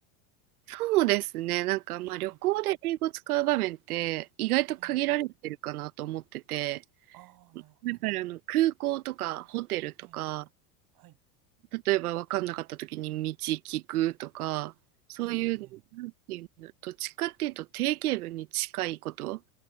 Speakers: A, on the right; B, on the right.
A: そうですね。なんかまあ旅行で英語使う場面って意外と限られてるかなと思ってて、
B: はい。ええ。ああ、なるほど。
A: やっぱりあの空港とかホテルとか、
B: ええ。はい。
A: 例えば分かんなかった時に道聞くとか、そういう、
B: ええ。ええ
A: なんていうの、どっちかっていうと定型文に近いこと、